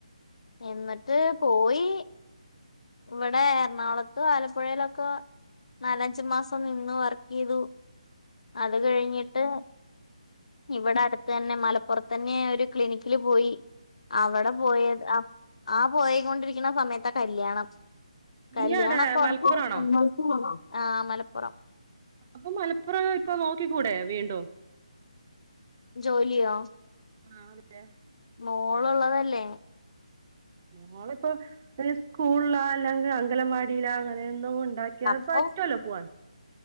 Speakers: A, on the left; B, on the right.
A: എന്നിട്ട് പോയി ഇവിടെ എറണാകുളത്തും ആലപ്പുഴയിലൊക്കെ നാലഞ്ചു മാസം നിന്ന് വർക്ക് ചെയ്തു അത്
B: ഉം
A: കഴിഞ്ഞിട്ട് ഇവിടെ അടുത്ത തന്നെ മലപ്പുറത്തന്നെ ഒരു ക്ലിനിക്കില് പോയി അവിടെ പോയത് ആ പോയക്കൊണ്ടിരിക്കുന്ന സമയത്ത കല്യാണം കല്യാണൊക്കെ
B: ഇങ്ങടെ
A: ഉറപ്പ
B: മലപ്പുറാണോ
A: <unintelligible> ആഹ് മലപ്പുറം
B: അപ്പൊ മലപ്പുറം ഇപ്പൊ നോക്കിക്കൂടെ വീണ്ടും
A: ജോലിയോ
B: ആഹ് അതെന്നെ
A: മോള് ഉള്ളതല്ലേ
B: മോള് ഇപ്പം ഹ് വല്ല സ്കൂളിലാ അല്ലെങ്കിൽ അങ്കലവാടിയിലാ അങ്ങനെയൊന്നും കൊണ്ടാക്കിയാ
A: അപ്പൊ
B: പറ്റുവല്ല പോവാൻ